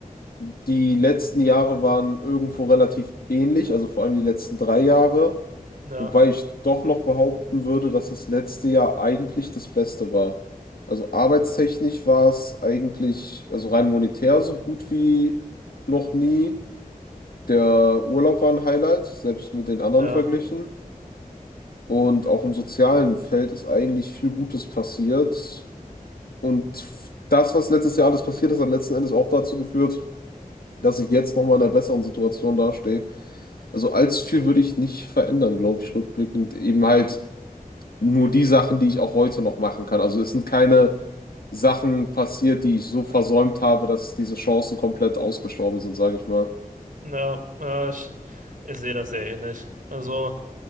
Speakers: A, on the left; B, on the right.
A: Die letzten Jahre waren irgendwo relativ ähnlich, also vor allem die letzten drei Jahre,
B: Ja,
A: wobei ich doch noch behaupten würde, dass das letzte Jahr eigentlich das Beste war. Also arbeitstechnisch war es eigentlich, also rein monetär so gut wie noch nie. Der Urlaub war ein Highlight, selbst mit den anderen
B: ja,
A: verglichen. Und auch im sozialen Feld ist eigentlich viel Gutes passiert. Und das, was letztes Jahr alles passiert ist, hat letzten Endes auch dazu geführt, dass ich jetzt nochmal in einer besseren Situation dastehe. Also allzu viel würde ich nicht verändern, glaube ich, rückblickend. Eben halt nur die Sachen, die ich auch heute noch machen kann. Also es sind keine Sachen passiert, die ich so versäumt habe, dass diese Chancen komplett ausgestorben sind, sage ich mal.
B: ja, ja, ich, ich sehe das sehr ähnlich. Also